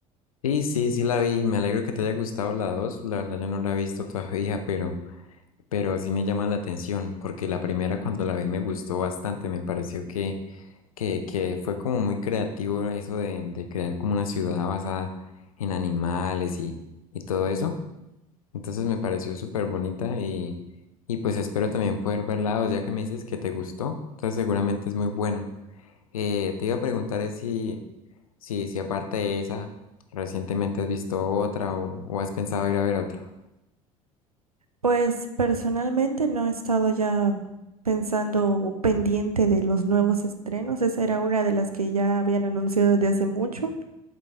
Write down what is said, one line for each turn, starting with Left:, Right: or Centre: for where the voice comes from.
Left: sí, sí, sí la vi. Me alegro que te haya gustado la dos. La verdad, yo no la he visto todavía, pero... pero sí me llama la atención, porque la primera cuando la vi me gustó bastante, me pareció que, que, que fue como muy creativo eso de, de crear como una ciudad basada en animales y, y todo eso. Entonces me pareció súper bonita y, y pues espero también poder verla, o ya que me dices que te gustó, entonces seguramente es muy buena. Eh, te iba a preguntar es si, si, si aparte de esa, recientemente has visto otra o, o has pensado ir a ver otra.
Right: Pues personalmente no he estado ya pensando o pendiente de los nuevos estrenos, esa era una de las que ya habían anunciado desde hace mucho,